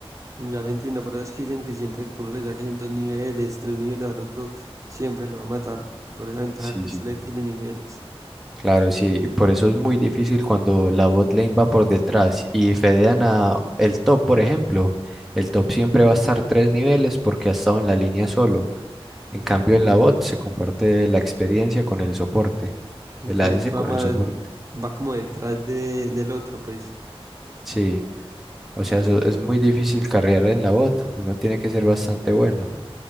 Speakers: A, on the right (about 30°); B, in the centre.
A: ya lo entiendo, por eso es que dicen que siempre que uno le saque en dos niveles, tres niveles al otro, siempre lo va a matar. Por esa ventaja
B: Sí,
A: que usted
B: sí.
A: le tiene niveles.
B: Claro, sí, por eso es muy difícil cuando la bot lane va por detrás y fedean a el top, por ejemplo. El top siempre va a estar tres niveles porque ha estado en la línea solo. En cambio, en
A: Sí.
B: la bot se comparte la experiencia con el soporte,
A: Entonces
B: el ADC con
A: va más,
B: el soporte.
A: va como detrás de, del otro, pues.
B: Sí, o
A: dale.
B: sea, eso es muy difícil carrear en la bot, uno tiene que ser bastante bueno.